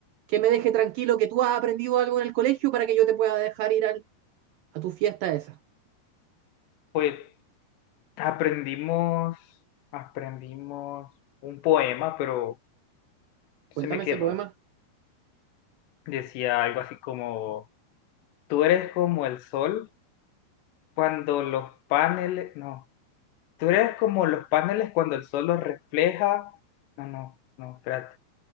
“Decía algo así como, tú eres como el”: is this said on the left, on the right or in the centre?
Left